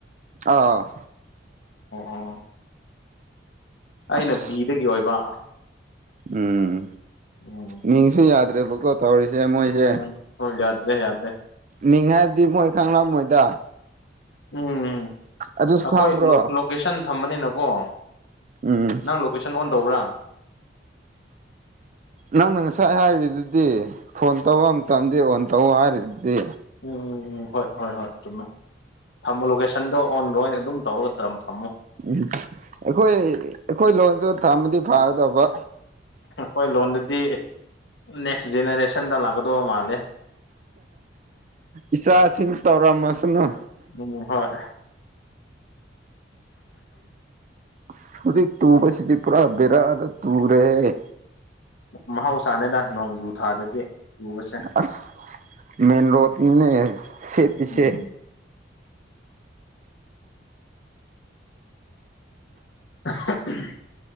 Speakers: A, on the right; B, on the left.
A: ꯑ
B: ꯑꯣ ꯑꯩꯅ
A: ꯑꯁ
B: ꯕꯤꯗꯒꯤ ꯑꯣꯏꯕ
A: ꯎꯝ
B: ꯎꯝ
A: ꯃꯤꯡꯁꯨ ꯌꯥꯗ꯭ꯔꯦꯕꯀꯣ ꯇꯧꯔꯤꯁꯦ ꯃꯣꯏꯁꯦ
B: ꯎꯝ ꯍꯣꯏ ꯌꯥꯗ꯭ꯔꯦ ꯌꯥꯗ꯭ꯔꯦ
A: ꯃꯤꯡ ꯍꯥꯏꯕꯗꯤ ꯃꯣꯏ ꯈꯪꯂꯝꯃꯣꯏꯗ
B: ꯎꯝ
A: ꯑꯗꯨꯁꯨ
B: ꯑꯩꯈꯣꯏ
A: ꯈꯪꯕ꯭ꯔꯣ
B: ꯂꯣ ꯂꯣꯀꯦꯁꯟ ꯊꯝꯕꯅꯤꯅꯀꯣ
A: ꯎꯝ
B: ꯅꯪ ꯂꯣꯀꯦꯁꯟ ꯑꯣꯟ ꯇꯧꯕ꯭ꯔꯥ
A: ꯅꯪꯅ ꯉꯁꯥꯏ ꯍꯥꯏꯔꯤꯗꯨꯗꯤ ꯐꯣꯟ ꯇꯧꯕ ꯃꯇꯝꯗꯤ ꯑꯣꯟ ꯇꯧꯑꯣ ꯍꯥꯏꯔꯤꯗꯨꯗꯤ
B: ꯎꯝ ꯍꯣꯏ ꯍꯣꯏ ꯍꯣꯏ ꯆꯨꯝꯃꯦ ꯊꯝꯃꯣ ꯂꯣꯀꯦꯁꯟꯗꯣ ꯑꯣꯟ ꯂꯣꯏ ꯑꯗꯨꯝ ꯇꯧꯔꯒ ꯇꯝ ꯊꯝꯃꯣ
A: ꯎꯝ ꯑꯩꯈꯣꯏ ꯑꯩꯈꯣꯏ ꯂꯣꯟꯁꯨ ꯊꯝꯃꯗꯤ ꯐꯒꯗꯧꯕ
B: ꯈꯣꯏ ꯂꯣꯟꯗꯨꯗꯤ ꯅꯦꯛꯁ ꯖꯦꯅꯦꯔꯦꯁꯟꯗ ꯂꯥꯛꯀꯗꯧꯕ ꯃꯥꯜꯂꯦ
A: ꯏꯆꯥꯁꯤꯡ ꯇꯧꯔꯝꯃꯁꯅꯨ
B: ꯎꯝ ꯍꯣꯏ
A: ꯑꯁ ꯍꯧꯖꯤꯛ ꯇꯨꯕꯁꯤꯗꯤ ꯄꯨꯔꯥ ꯕꯦꯔꯥꯗ ꯇꯨꯔꯦꯍꯦ
B: ꯃꯍꯧꯁꯥꯅꯤꯗ ꯅꯣꯡꯖꯨ ꯊꯥꯗꯗꯤ ꯆꯨꯕꯁꯦ
A: ꯑꯁ ꯃꯦꯟ ꯔꯣꯗꯅꯤꯅꯦ ꯁꯦꯞꯄꯤꯁꯦ
B: ꯎꯝ ꯑꯍ ꯎꯝ